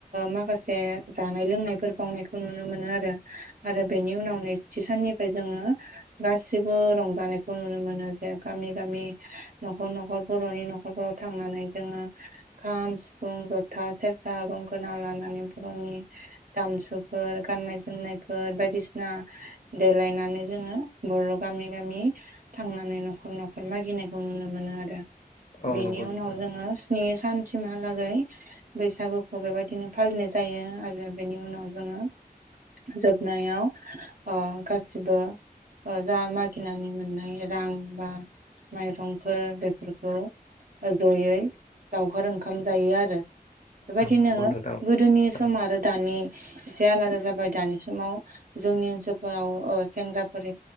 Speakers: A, on the right (about 60°); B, on the left (about 55°).
A: माखासे जानाय लोंनायफोर बावनायखौ नुनो मोनो आरो आरो बेनि उनाव नैथि साननिफ्राय जोंङो गासै गेबो रंजानायखौ नुनो मोनो जे गामि गामि न'खर न'खर बर'नि न'खर थांनानै जोंङो खाम सिफुं जथा सेरजा गंगोना लानानै बर'नि दामजुफोर गान्नाय जोमनायफोर बायदिसिना देलायनानै जोंङो बर' गामि गामि थांनानै न'खर न'खर मागिनायखौ नुनो मोनो आरो
B: औ
A: बिनि
B: नंगौ नोंथां
A: उनाव जोङो स्नि सानसिमहालागै बैसागुखौ बेबायदिनो फालिनाय जायो आरो बेनि उनाव जोङो जोबनायाव ओ गासिबो ओ जा मागिनानै मोननाय रां बा माइरंफोर बेफोरखौ ज'यै लावखार ओंखाम जायो आरो बेबायदिनो
B: नंगौ नोंथां
A: गोदोनि
B: थारैनो
A: सम आरो दानि एसे आलादा जाबाय दानि समाव जोंनि ओनसोलफोराव ओ सेंग्राफोर